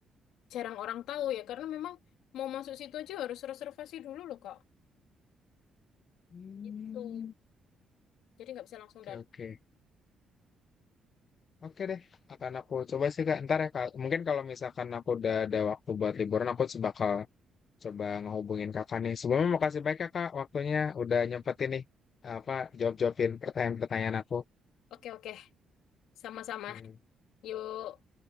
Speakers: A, on the left (about 85°); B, on the left (about 55°).
A: jarang orang tahu ya. Karena memang mau masuk situ aja harus reservasi dulu loh, Kak.
B: Hmm,
A: Itu. Jadi nggak bisa langsung
B: oke
A: datang.
B: oke. Oke deh, akan aku coba sih Kak. Ntar ya Kak. Mungkin kalau misalkan aku udah ada waktu buat liburan, aku se- bakal coba ngehubungin Kakak nih. Sebelumnya makasih banyak ya Kak, waktunya udah nyempetin nih apa jawab-jawabin pertanyaan-pertanyaan aku.
A: Oke, oke. Sama-sama.
B: Oke.
A: Yuk.